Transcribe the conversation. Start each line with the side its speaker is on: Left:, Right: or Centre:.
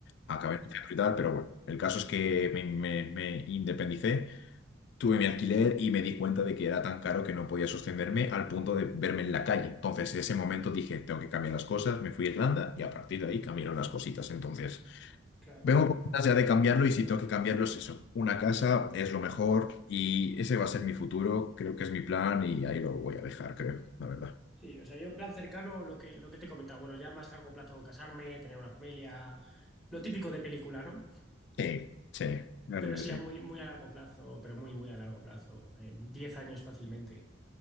Left: acabé en un centro y tal, pero bueno, el caso es que me, me- me independicé, tuve mi alquiler y me di cuenta de que era tan caro que no podía sostenerme al punto de verme en la calle. Entonces, en ese momento dije, tengo que cambiar las cosas, me fui a Irlanda y a partir de ahí cambiaron las cositas. Entonces...
Centre: Claro.
Left: Vengo con ganas ya de cambiarlo y si tengo que cambiarlo es eso. Una casa es lo mejor y ese va a ser mi futuro, creo que es mi plan y ahí lo voy a dejar, creo, la verdad.
Centre: Sí, o sea, yo en plan cercano, lo que, lo que te he comentado. bueno, ya más largo plazo, casarme, tener una familia, lo típico de película, ¿no?
Left: Sí, sí, la
Centre: Pero
Left: verdad
Centre: eso
Left: que sí.
Centre: ya muy, muy a largo plazo, pero muy, muy a largo plazo, en 10 años fácilmente.